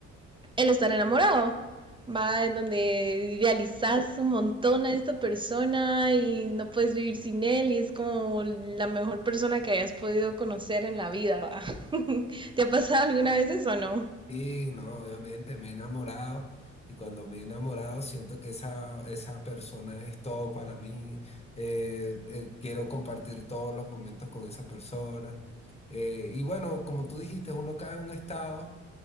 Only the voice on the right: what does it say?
el estar enamorado. Va en donde idealizas un montón a esta persona y no puedes vivir sin él y es como la mejor persona que hayas podido conocer en la vida. ¿va? <laughs> ¿Te ha pasado alguna vez eso o no?